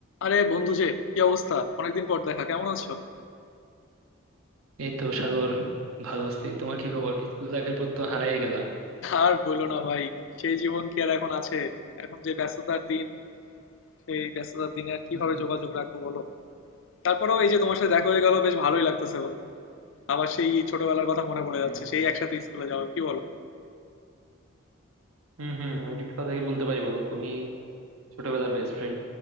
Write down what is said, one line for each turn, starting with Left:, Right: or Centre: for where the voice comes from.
Left: আরে বন্ধু যে কি অবস্থা অনেকদিন পর দেখা কেমন আছো
Right: এই তো সাগর ভালো আছি তোমার কি খবর স্কুল লাইফের পর তো হারাই গেলা
Left: আর বলো না ভাই সেই জীবন কি আর এখন আছে এখন যে ব্যস্ততার দিন সেই ব্যস্ততার দিনে আর কিভাবে
Right: হুম
Left: যোগাযোগ রাখবো বলো তারপরেও এই যে তোমার সাথে দেখা হয়ে গেল বেশ ভালোই লাগতেছে বন্ধু আবার সেই ছোটবেলার কথা মনে পড়ে
Right: হ্যাঁ
Left: যাচ্ছে সেই একসাথে স্কুলে যাওয়া কি বলো
Right: হুম হুম ওইটি কথা কি বলতে পারি বলো তুমি ছোটবেলার বেস্ট ফ্রেন্ড